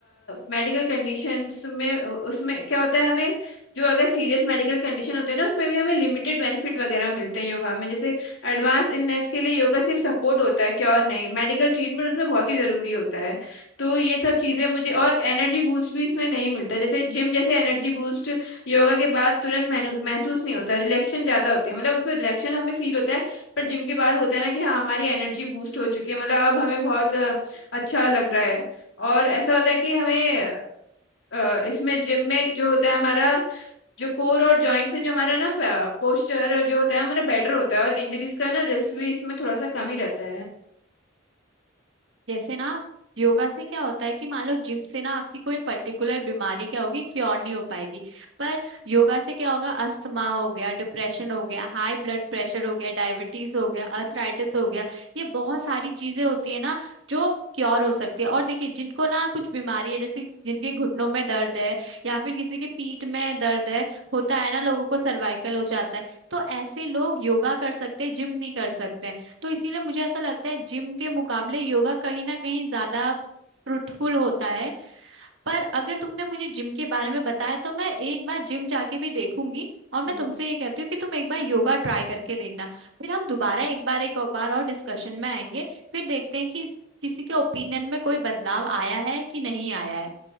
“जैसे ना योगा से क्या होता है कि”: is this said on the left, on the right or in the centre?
Right